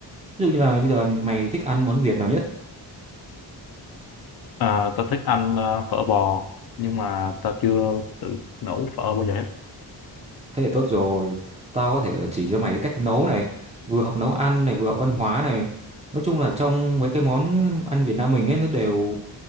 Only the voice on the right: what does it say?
Ví dụ như là bây giờ mày thích ăn món Việt nào nhất?
Thế thì tốt rồi. Tao có thể là chỉ cho mày cái cách nấu này, vừa học nấu ăn này, vừa học văn hóa này. Nói chung là trong mấy cái món ăn Việt Nam mình ấy nó đều